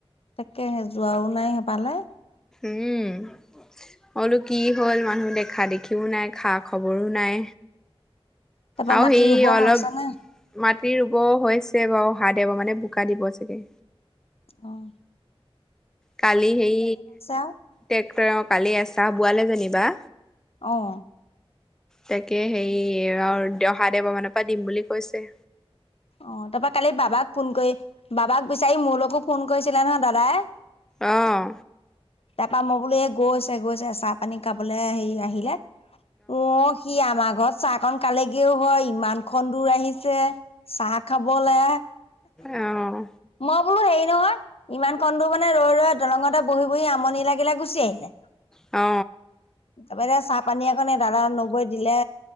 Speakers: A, on the left; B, in the centre.
A: তাকে সে যোৱাও নাই সে ফালে
B: উম অলো কি হ'ল মানুহ দেখা দেখিও নাই খা খবৰো নাই
A: তাৰপা
B: আৰু
A: মাটি
B: সেই
A: ৰুব
B: অলপ
A: হৈছে নে?
B: মা কি ৰুব হৈছে বাৰু হা দিব মানে বোকা দিব চাগে
A: অহ
B: কালি সেই
A: আও।
B: টেক্টৰ কালি এচাহ বোৱালে যেনি বা
A: অহ
B: তাকে সেই আৰু অহা দেওঁবা মানৰ পৰা দিম বুলি কৈছে
A: অ তাৰপৰা কালি বাবাক ফোন কৰি বাবাক বিচাৰি মোৰ লগো ফোন কৰিছিলে নহয় দাদাই
B: অহ
A: তাপা মই বোলো এই গৈছে গৈছে চাহ পানী খাবলৈ হেৰি আহিলে অ সি আমাৰ ঘৰত চাহখন খালেগেও হয় ইমানখন দূৰ আহিছে চাহ খাবলৈ হে হে
B: অ',
A: মই বোলো হেৰি নহয় ইমান খণ্ড মানে ৰৈ ৰৈ দলঙতে বহি বহি আমনি লাগিলে গুচি আহিলে
B: অ
A: তাৰপৰা এতিয়া চাহ পানী অকণে দাদা নগৈ দিলে